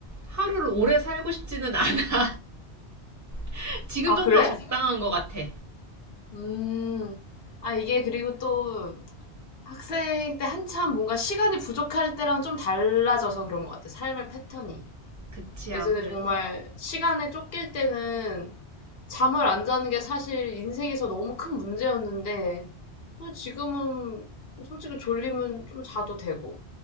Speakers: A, on the right; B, on the left.
A: 하루를 오래 살고 싶지는 않아. <laughs> 지금
B: 아,
A: 정도가
B: 그래?
A: 적당한 것 같아.
B: 음. 아, 이게 그리고 또 학생 때 한참 뭔가 시간이 부족할 때랑 좀 달라져서 그런 것 같아. 삶의 패턴이.
A: 그치,
B: 예전에
A: 아무래도.
B: 정말 시간에 쫓길 때는 잠을 안 자는 게 사실 인생에서 너무 큰 문제였는데 뭐 지금은 솔직히 졸리면 좀 자도 되고